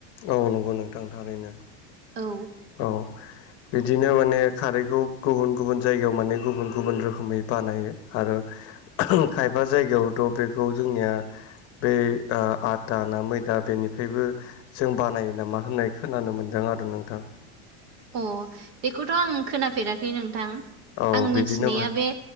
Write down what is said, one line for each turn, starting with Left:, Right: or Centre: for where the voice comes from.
Left: औ नंगौ नोंथां थारैनो।
Right: औ
Left: औ बिदिनो माने खारैखौ गुबुन गुबुन जायगायाव माने गुबुन गुबुन रोखोमै बानायो आरो
Right: <inaudible>
Left: खायफा जायगायावथ' बेखौ जोंनिया बे ओ आथा ना मैदा बेनिफ्रायबो जों बानायो नामा होननाय खोनानो मोन्दों आरो नोंथां।
Right: अ बेखौथ' आं खोनाफेराखै नोंथां।
Left: औ
Right: आं
Left: बिदिनो
Right: मोनथिनाया बे